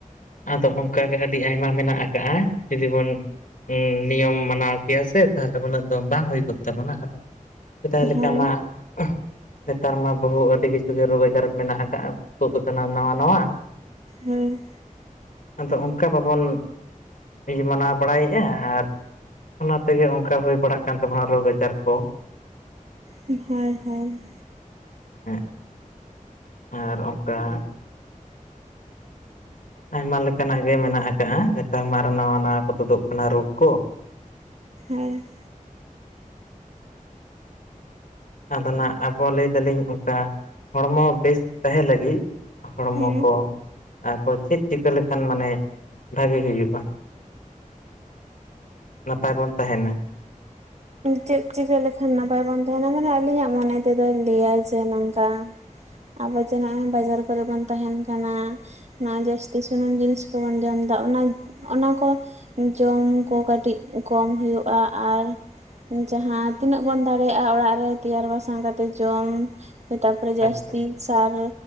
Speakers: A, on the left; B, on the right.
A: ᱟᱫᱚ ᱚᱱᱠᱟᱜᱮ ᱟᱹᱰᱤ ᱟᱭᱢᱟ ᱢᱮᱱᱟᱜ ᱟᱠᱟᱜᱼᱟ ᱡᱩᱫᱤ ᱵᱚᱱ ᱾ ᱦᱩᱸ ᱱᱤᱭᱚᱢ ᱢᱟᱱᱟᱣ ᱠᱮᱭᱟ ᱥᱮ ᱛᱟᱦᱚᱞᱮ ᱩᱱᱟᱹᱜ ᱫᱚ ᱵᱟᱝ ᱦᱩᱭ ᱠᱚᱫ ᱛᱟᱵᱚᱱᱟ ᱟᱫᱚ ᱾ ᱪ ᱛᱟᱦᱞᱮ
B: ᱦᱳᱭ
A: ᱠᱟᱴᱟ ᱾ ᱱᱮᱛᱟᱨ ᱢᱟ ᱵᱚᱦᱩ ᱟᱹᱰᱤ ᱠᱤᱪᱷᱩ ᱜᱮ ᱨᱳᱜᱽ ᱟᱡᱟᱨ ᱢᱮᱱᱟᱜ ᱟᱠᱟᱫᱼᱟ ᱛᱩᱫ ᱟᱠᱟᱱᱟ ᱱᱟᱣᱟ ᱱᱟᱣᱟ ᱾
B: ᱦᱮᱸ ᱾
A: ᱟᱫᱚ ᱚᱱᱠᱟ ᱵᱟᱵᱚᱱ ᱢᱟᱱᱟᱣ ᱵᱟᱲᱟᱭᱮᱜᱼᱟ ᱟᱨ ᱾ ᱚᱱᱟ ᱛᱮᱜᱮ ᱚᱱᱠᱟ ᱦᱩᱭ ᱵᱟᱲᱟᱜ ᱠᱟᱱ ᱛᱟᱵᱚᱱᱟ ᱨᱳᱜᱽ ᱟᱡᱟᱨ ᱠᱚ ᱾
B: ᱦᱮᱸ ᱦᱮᱸ ᱾
A: ᱦᱮ ᱟᱨ ᱚᱱᱠᱟ ᱾ ᱟᱭᱢᱟ ᱞᱮᱠᱟᱱᱟᱜ ᱜᱮ ᱢᱮᱱᱟᱜ ᱟᱠᱟᱜ-ᱟ ᱱᱮᱛᱟᱨ ᱢᱟ ᱟᱨ ᱱᱟᱶᱟ ᱱᱟᱶᱟ ᱠᱚ ᱛᱩᱫᱩᱜ ᱠᱟᱱᱟ ᱨᱳᱜᱽ ᱠᱚ ᱾
B: ᱦᱮᱸ ᱾
A: ᱟᱫᱚ ᱱᱦᱟᱜ ᱟᱵᱚ ᱞᱟᱹᱭ ᱫᱟᱞᱤᱧ ᱚᱱᱠᱟ ᱦᱚᱲᱢᱚ ᱵᱮᱥ ᱛᱟᱦᱮᱸ ᱞᱟᱹᱜᱤᱫ ᱾ ᱦᱚᱲᱢᱚ
B: ᱦᱮᱸ
A: ᱠᱚ ᱟᱨᱚ ᱪᱮᱫ ᱪᱤᱠᱟᱹ ᱞᱮᱠᱷᱟᱱ ᱢᱟᱱᱮ ᱵᱷᱟᱜᱮ ᱦᱩᱭᱩᱜ-ᱟ ᱾ ᱱᱟᱯᱟᱭ ᱵᱚᱱ ᱛᱟᱦᱮᱱᱟ ᱾
B: ᱪᱮᱫ ᱪᱤᱠᱟᱹ ᱞᱮᱠᱷᱟᱱ ᱱᱟᱯᱟᱭ ᱵᱚᱱ ᱛᱟᱸᱦᱮᱱᱟ ᱢᱟᱱᱮ ᱟᱹᱞᱤᱧᱟᱜ ᱢᱚᱱᱮ ᱛᱮᱫᱚᱭ ᱞᱟᱹᱭᱟ ᱡᱮ ᱱᱚᱝᱠᱟ ᱟᱵᱚ ᱡᱮ ᱱᱚᱜ-ᱚᱭ ᱵᱟᱡᱟᱨ ᱠᱚᱨᱮ ᱵᱚᱱ ᱛᱟᱦᱮᱱ ᱠᱟᱱᱟ ᱱᱚᱣᱟ ᱡᱟᱹᱥᱛᱤ ᱥᱩᱱᱩᱢ ᱡᱤᱱᱤᱥ ᱠᱚᱵᱚᱱ ᱡᱚᱢ ᱮᱫᱟ ᱚᱱᱟ ᱚᱱᱟ ᱠᱚ ᱡᱚᱢ ᱠᱚ ᱠᱟᱹᱴᱤᱡ ᱠᱚᱢ ᱦᱩᱭᱩᱜ-ᱟ, ᱟᱨ ᱡᱟᱸᱦᱟ ᱛᱤᱱᱟᱹᱜ ᱵᱚᱱ ᱫᱟᱲᱮᱭᱟᱜ-ᱟ ᱚᱲᱟᱜ ᱨᱮ ᱛᱮᱭᱟᱨ ᱵᱟᱥᱟᱝ ᱠᱟᱛᱮᱜ ᱡᱚᱢ ᱛᱟᱯᱚᱨᱮ ᱡᱟᱹᱥᱛᱤ
A: ᱟᱪᱪᱷᱟ
B: ᱥᱟᱨ